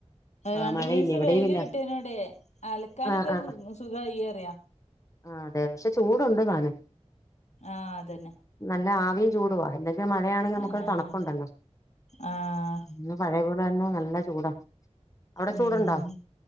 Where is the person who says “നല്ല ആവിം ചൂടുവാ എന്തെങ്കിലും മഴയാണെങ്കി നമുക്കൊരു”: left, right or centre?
Left